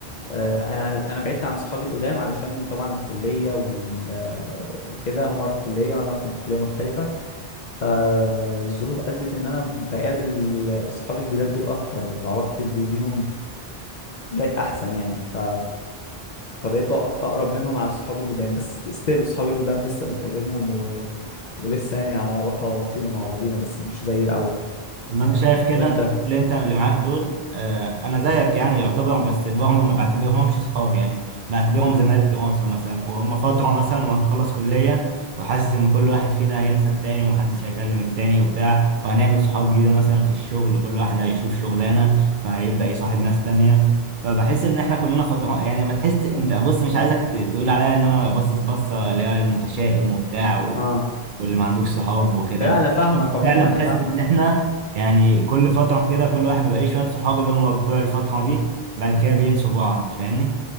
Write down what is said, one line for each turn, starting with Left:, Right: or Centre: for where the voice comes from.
Left: آه، أنا أنا بعدت عن صحابي القدام علشان طبعا الكلية وال- آه، وكده هم راحوا كلية وأنا رحت من كلية مختلفة فالظروف أدت إن أنا بقابل صحابي الجداد دول أكتر وعلاقتي بي- بيهم بقت أحسن يعني ف- فبقيت أق- أقرب منهم عن صحابي القدام بس ستيل صحابي القدام لسه بكلمهم و... ولسه يعني على علاقة وطيدة مع بعضينا بس مش زي الأول
Right: طب ما انا شايف كده
Left: وأنت؟
Right: إن اللي انت اللي معاك دول آه، انا زيك يعني يعتبر بس برضه ما بعتبرهمش صحاب يعني بعتبرهم
Left: مم.
Right: زمايل دراسه مثلا وهم فتره مثلا وهنخلص كليه وحاسس ان كل واحد فينا هينسى التاني ومحدش هيكلم التاني وبتاع وهنعمل صحاب جديده مثلا في الشغل كل واحد هيشوف شغلانه فهيبدا يصاحب ناس تانيه فبحس ان احنا كلنا فتره يعني ما تحس انت بص مش عايزك ت- تقول عليا ان انا باصص بصه اللي هي المتشائم وبتاع وال-
Left: آه
Right: واللي ما عندوش صحاب وكده
Left: لا انا فاهمك عموما
Right: فعلا
Left: انا
Right: حاسس
Left: فاهمك
Right: ان احنا يعني كل فتره كده كل واحد بيبقى ليه شويه صحاب اللي هم بتوع الفتره دي بعد كده بينسوا بعض فاهمني